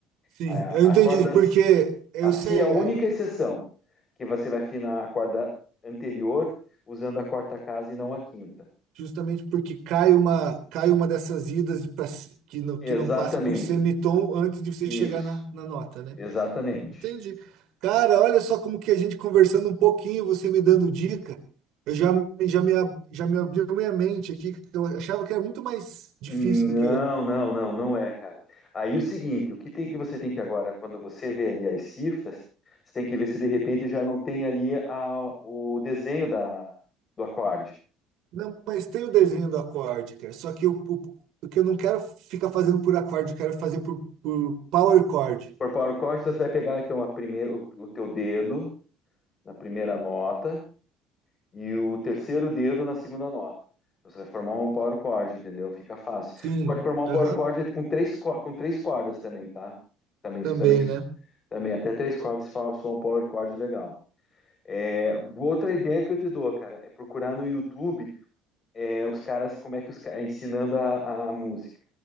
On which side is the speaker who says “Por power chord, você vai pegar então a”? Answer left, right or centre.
Left